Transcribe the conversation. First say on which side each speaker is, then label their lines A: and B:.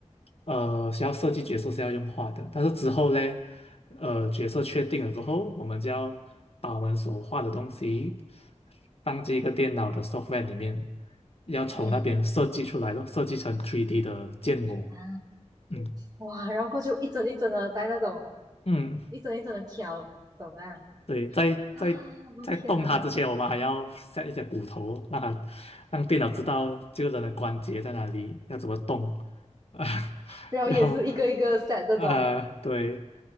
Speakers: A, on the left; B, on the right.
A: 呃需要设计角色是要用画的，但是之后嘞，呃角色确定了过后，我们就要把我们所画的东西放进一个电脑的 software 里面，要从那边设计出来咯，
B: 嗯
A: 设计成 3D 的建模。
B: 啊，
A: 嗯
B: 哇，然后过去一针一针的在那种
A: 嗯，
B: 一针一针的挑，懂啊？
A: 对，在在在动它之前，
B: 啊，我的天哪！
A: 我们还要 set 一些骨头哦，让它让电脑知道这个人的关节在哪里，要怎么动啊，<laughs>
B: 然后也是一个一个
A: 然后
B: set 这种
A: 呃，对，